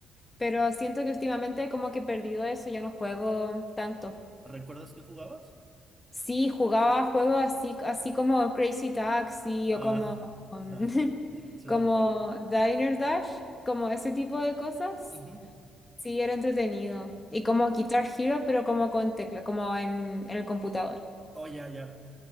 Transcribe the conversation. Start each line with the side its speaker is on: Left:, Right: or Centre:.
Left: Pero siento que últimamente como que he perdido eso, ya no juego tanto.
Right: ¿Recuerdas que jugabas?
Left: Sí, jugaba juegos así, así como Crazy Taxi
Right: Ah,
Left: o como, um,
Right: <laughs> ajá.
Left: <laughs>
Right: Eso
Left: como
Right: era bueno.
Left: Diner Dash, como ese tipo de cosas.
Right: Ujú.
Left: Sí, era entretenido. Y como Guitar Hero, pero como con tecla, como en, en el computador.
Right: Oh, ya, ya.